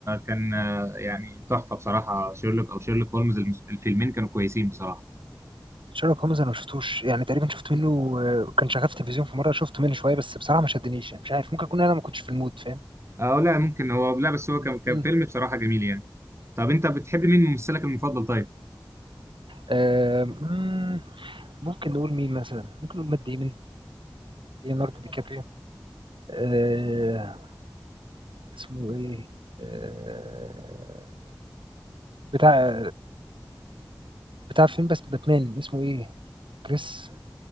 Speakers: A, on the right (about 35°); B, on the right (about 80°).
A: كان آه يعني تحفة بصراحة شيرلوك او شيرلوك هولمز المس- الفيلمين كانوا كويسين بصراحة
B: شارلوك هومز انا ما شفتوش يعني تقريبا شفت منه آه، كان شغال في التلفزيون في مرة شفت منه شوية بس بصراحة ما شدنيش يعني مش عارف ممكن اكون انا ما كنتش في المود فاهم
A: اه لا ممكن هو لا بس هو
B: مم،
A: كان كان
B: مم.
A: فيلم بصراحة جميل يعني طب انت بتحب مين ممثلك المفضل طيب
B: آه، مم، ممكن نقول مين مثلا ممكن نقول مات ديمن ليوناردو دي كابريو آه، اسمه ايه آه، بتاع بتاع فيلم بس باتمان اسمه ايه كريس